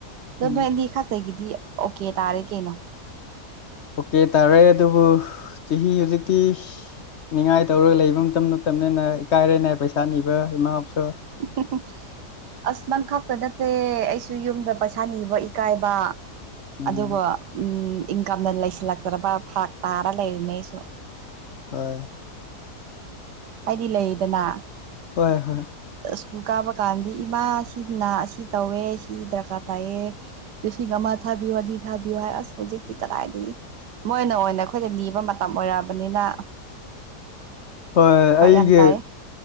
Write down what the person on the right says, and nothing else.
ꯑꯗꯣ
ꯅꯣꯏ ꯑꯅꯤ ꯈꯥꯛꯇꯒꯤꯗꯤ ꯑꯣꯀꯦ ꯇꯥꯔꯦ ꯀꯩꯅꯣ
ꯎ <unintelligible> ꯑꯁ ꯅꯪ ꯈꯛꯇ ꯅꯠꯇꯦ ꯑꯩꯁꯨ ꯌꯨꯝꯗ ꯄꯩꯁꯥ ꯅꯤꯕ ꯏꯀꯥꯏꯕ
ꯑꯗꯨꯒ ꯏꯟꯀꯝꯗ ꯂꯩꯁꯤꯜꯂꯛꯇ꯭ꯔꯕ ꯐꯔꯛ ꯇꯥꯔ ꯂꯩꯔꯤꯅꯦ ꯑꯩꯁꯨ
ꯍꯥꯏꯗꯤ ꯂꯩꯗꯅ
ꯁ꯭ꯀꯨꯜ ꯀꯥꯕ ꯀꯥꯟꯗꯤ ꯏꯃꯥ ꯁꯤ ꯁꯤ ꯇꯧꯋꯦ ꯁꯤ ꯗꯔꯀꯥꯔ ꯇꯥꯏꯌꯦ ꯂꯤꯁꯤꯡ ꯑꯃ ꯊꯥꯕꯤꯌꯣ ꯑꯅꯤ ꯊꯥꯕꯌꯣ ꯍꯧꯖꯤꯛꯇꯤ ꯀꯗꯥꯢꯗꯒꯤ ꯃꯣꯏꯅ ꯑꯣꯏꯅ ꯑꯩꯈꯣꯏꯗ ꯅꯤꯕ ꯃꯇꯝ ꯑꯣꯏꯔꯛꯑꯕꯅꯤꯅ
ꯐꯔꯛ
ꯌꯥꯝ ꯇꯥꯏ